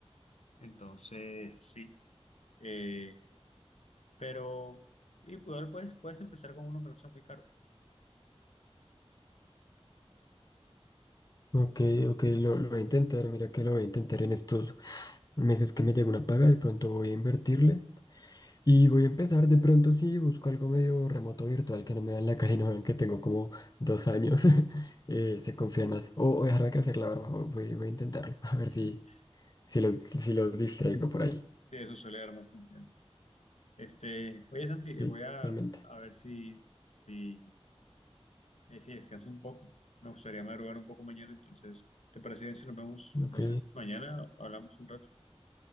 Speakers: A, on the left (about 80°); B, on the left (about 35°).
A: Entonces, sí, eh, pero y pues, puedes, puedes empezar con uno que no sea muy caro.
B: ok, ok, lo, lo voy a intentar, mira que lo voy a intentar en estos meses que me llegue una paga, de pronto voy a invertirle. Y voy a empezar de pronto, si busco algo medio remoto virtual que no me dan la cara y no vean que tengo como dos años. <laughs> eh, se confían más. O, o dejarme crecer la barba, o- voy, voy a intentarlo. <laughs> A ver
A: <laughs>
B: si, si, los, si los distraigo por ahí.
A: Sí, eso suele dar más confianza. Este, oye, Santi, eh,
B: Sí,
A: voy a,
B: realmente.
A: a ver si, si Eh, sí, descanso un poco. Me gustaría madrugar un poco mañana, entonces, ¿te parece bien si nos vemos,
B: Ok.
A: no sé, mañana o hablamos un rato?